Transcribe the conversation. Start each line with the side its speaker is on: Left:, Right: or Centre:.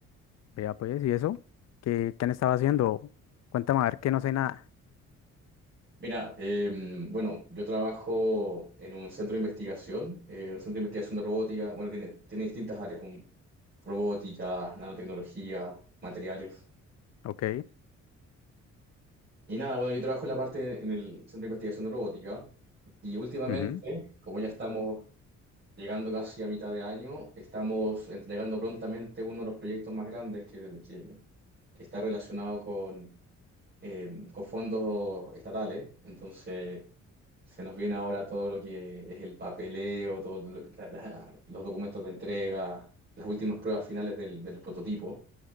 Left: Vea, pues, ¿y eso? ¿Qué, qué han estado haciendo? Cuéntame, a ver, que no sé nada.
Right: Mira, eh, bueno, yo trabajo en un centro de investigación, eh, un centro de investigación de robótica. Bueno, tiene, tiene distintas áreas, un- robótica, nanotecnología, materiales.
Left: Ok,
Right: Y nada, bueno, yo trabajo en la parte en el Centro de Investigación de Robótica y últimamente,
Left: ujú,
Right: como ya estamos llegando casi a mitad de año, estamos entregando prontamente uno de los proyectos más grandes que, que- que está relacionado con, eh, con fondos estatales. Entonces, se nos viene ahora todo lo que es el papeleo, todos los documentos de entrega, las últimas pruebas finales del- de los prototipos.